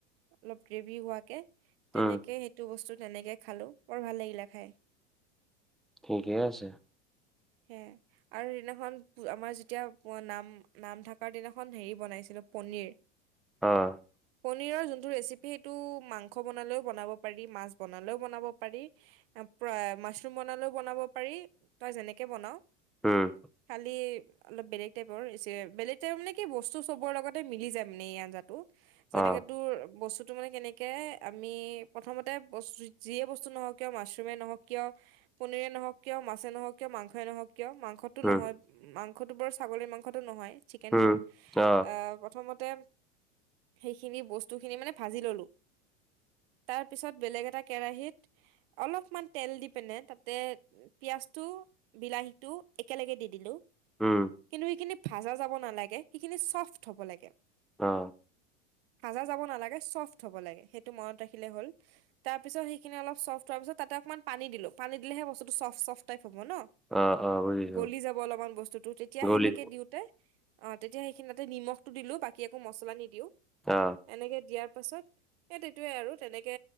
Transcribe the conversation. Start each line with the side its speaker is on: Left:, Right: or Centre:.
Right: অলপ গ্ৰেভি হোৱাকে তেনেকে
Centre: উম
Right: সে সেইটো বস্তু তেনেকে খালোঁ বৰ ভাল লাগিলে খাই।
Centre: ঠিকে আছে।
Right: সে আৰু সেদিনাখন আমাৰ যেতিয়া নাম নাম থকাৰ দিনাখন হেৰি বনাইছিলো পনীৰ
Centre: অ
Right: পনীৰৰ যোনটো ৰেচিপি সেইটো মাংস বনালেও বনাব পাৰি, মাছ বনালেও বনাব পাৰি প্ৰা মাছৰুম বনালেও বনাব পাৰি তই যেনেকে বনাও
Centre: উম
Right: খালি অলপ বেলেগ টাইপৰ যে বেলেগ টাইপ মানে কি বস্তু চবৰ লগত তে মিলি যায় মানে এই আঞ্জাটো যেনেকে
Centre: অ
Right: তোৰ বস্তুতো মানে কেনে- কে আমি প্ৰথমতে বস্তু যিয়ে বস্তু নহওক কিয়, মাছৰুমে নহওক কিয় পনীৰে নহক কিয়, মাছে নহক কিয়, মাংসই নহওক কিয়, মাংস- টো
Centre: উম
Right: নহয় মাংসটো বাৰু ছাগলীৰ মাংসটো নহয় চিকেনটো
Centre: উম অ
Right: আ প্ৰথমতে সেইখিনি বস্তু খিনি মানে ভাজি ললো তাৰপিছত বেলেগ এটা কেৰাহীত অলপমান তেল দি পিনে তাতে পিয়াজটো বিলাহীটো একেলগে দি দিলো
Centre: উম
Right: কিন্তু সেইখিনি ভাজা যাব নালাগে সেইখিনি চফ্ট হ'ব লাগে।
Centre: অ
Right: ভাজা যাব নালাগে চফ্ট হ'ব লাগে সেইটো মনত ৰাখিলে হ'ল। তাৰ পিছত সেইখিনি অলপ চফ্ট হোৱাৰ পিছত তাতে অকণমান পানী দিলো পানী দিলেহে বস্তুটো চফ্ট চফ্ট টাইট হ'ব ন
Centre: অ অ বুজিছো
Right: গলি যাব অলপমান বস্তুটো তেতিয়া
Centre: গলি
Right: সেনেকে দিওঁ তে অ তেতিয়া সেইখিনি তাতে নিমখটো দিলো বাকি আকৌ মছলা নিদিও
Centre: অ
Right: এনেকে দিয়াৰ পাছত এইট এইটোৱে আৰু তেনেকে